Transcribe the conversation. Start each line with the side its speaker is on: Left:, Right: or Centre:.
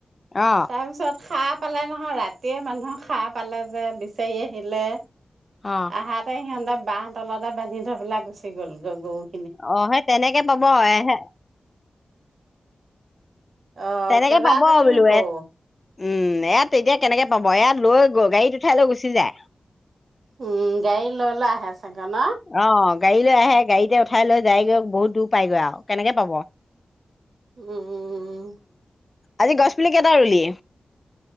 Left: অ
Right: তাৰ পিছত সাপ খ পালে নহয় ৰাতিয়ে মানুহ খা পালে যে বিচাৰি আহিলে
Left: অ
Right: আহা তে হিয়নদক বাহ তলতে বান্ধি থৈ পেলাই গুচি গলো গৈ গৰু
Left: অ সেই তেনেকে পাব এ হে
Right: অ'
Left: তেনেকে
Right: কেইবাজনীও
Left: পাব আৰু বোলো
Right: গৰু
Left: এ উম এয়াত এতিয়া কেনেকে হব ইয়াত লৈ গল গাড়ীত উঠাই লৈ গুচি যায়
Right: উম গাড়ী ললে আহে ছাগে ন
Left: অ গাড়ী লৈ আহে গাড়ীতে উঠাই লৈ যায়গৈ বহুত দূৰ পাইগৈ আৰু কেনেকে পাব
Right: উম উম উম
Left: আজি গছ পুলি কেইটা ৰুলি